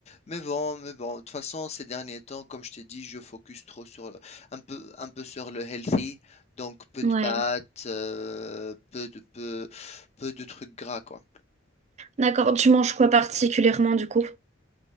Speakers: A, on the left; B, on the right.
A: mais bon, mais bon, de toute façon, ces derniers temps, comme je t'ai dit, je focus trop sur le- un peu, un peu sur le healthy, donc peu
B: ouais.
A: de pâtes, euh, peu de, peu, peu de trucs gras, quoi.
B: D'accord, tu manges quoi particulièrement du coup?